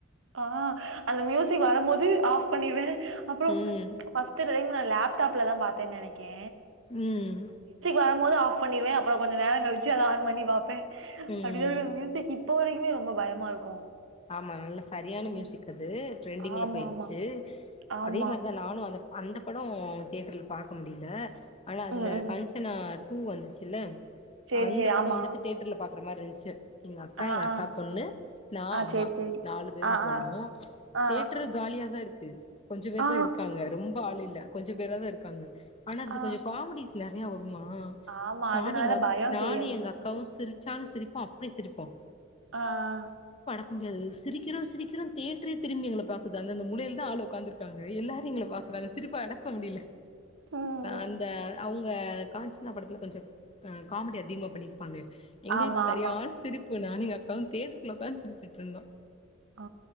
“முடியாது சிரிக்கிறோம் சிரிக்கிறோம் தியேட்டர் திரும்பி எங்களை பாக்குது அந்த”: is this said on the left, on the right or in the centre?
Left